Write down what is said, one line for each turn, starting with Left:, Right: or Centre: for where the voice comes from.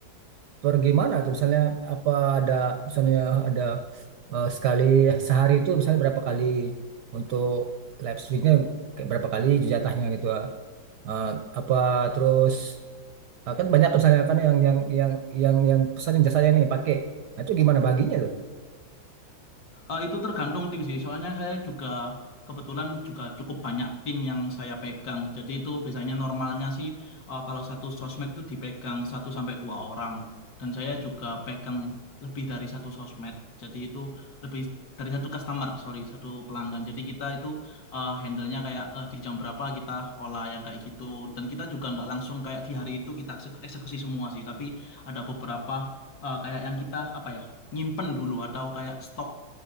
Right: per gimana tuh misalnya apa ada misalnya ada eh, sekali sehari itu misalnya berapa kali untuk live streamnya kayak berapa kali jatahnya gitu. eh, apa terus Ah, kan banyak tuh misalnya kan yang yang yang yang yang pesan jasanya nih pakai. Nah, itu gimana baginya tuh?
Left: Eh, itu tergantung tim sih. Soalnya saya juga kebetulan juga cukup banyak tim yang saya pegang. Jadi itu biasanya normalnya sih eh, kalau satu sosmed itu dipegang satu sampai dua orang. Dan saya juga pegang lebih dari satu sosmed. Jadi itu lebih dari satu customer, sorry, satu pelanggan. Jadi kita itu eh, handle-nya kayak eh, di jam berapa kita olah yang kayak gitu. Dan kita juga nggak langsung kayak di hari itu kita ekse- eksekusi semua sih. Tapi ada beberapa eh, kayak yang kita apa ya nyimpen dulu atau kayak stok